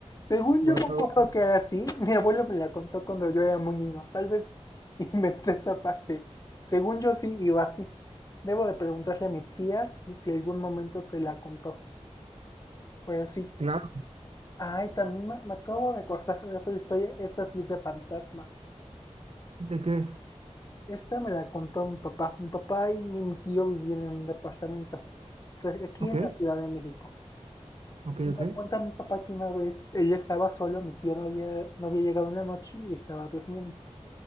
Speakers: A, on the left; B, on the right.
A: Según
B: wow.
A: yo me acuerdo que era así, mi abuelo me la contó cuando yo era muy niño, tal vez <laughs> inventé esa parte. Según yo sí iba así. Debo de preguntarle a mi tía si, si algún momento se la contó, pero sí.
B: Claro.
A: Ay, también me, me acabo de acordar de otra historia, esta sí es de fantasmas.
B: ¿De qué es?
A: Esta me la contó mi papá. Mi papá y mi tío vivían en un departamento, cer- aquí
B: Ok,
A: en la Ciudad de México.
B: ok,
A: Y me
B: ok.
A: cuenta mi papá que una vez él estaba solo, mi tío no había, no había llegado en la noche y estaba durmiendo.